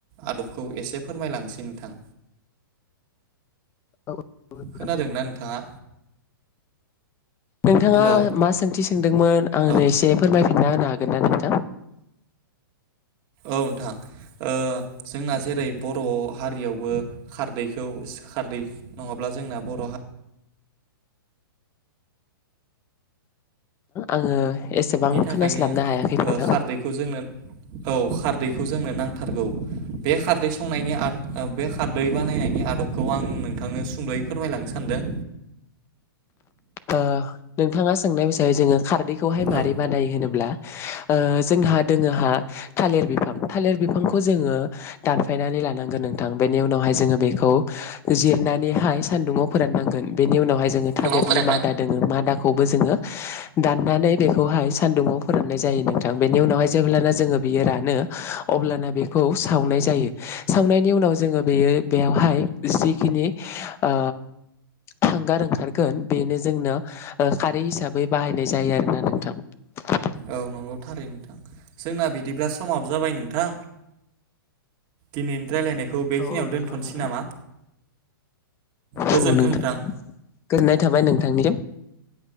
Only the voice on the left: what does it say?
औ औ
नोंथाङा
मा सोंथि सोंदोंमोन आंनो
एसे फोरमायफिनना होनो बिथ गथा <unintelligible>
आङो एसेबां
खोनास्लाबनो हायाखै नोंथां
ओ नोंथाङा सोंनाय हिसाबै जोङो खारदै बेखौहाय माबोरै
बानायो होनोब्ला जोंहा दोङोहा थालिर बिफां थालिर बिफांखौ जोङो दानफायनानै लानांगोन नोंथां बेनि उनावहाय जोङो बेखौ जिरनानैहाय सान्दुङाव फोराननांगोन बेनि उनावहाय जोङो
थालिरनि
मा मादा दं मादाखौबो जोङो दनानै बेखौहाय सान्दुंङाव फोराननाय जायो नोंथां बेनि उनावहाय जेब्लाना जोङो बेयो रानो अब्लाना बेखौ सावनाय जायो सावनायनि उनाव जोङो बेयो बेयावहाय जिखिनि ओ हांगार ओंखारगोन बे जोंनो खारै हिसाबै बाहायनाय जायो आरोना नोंथां
औ औ नंगौ
नोंथां।
औ औ नोंथां गोजोननाय थाबाय नोंथांनि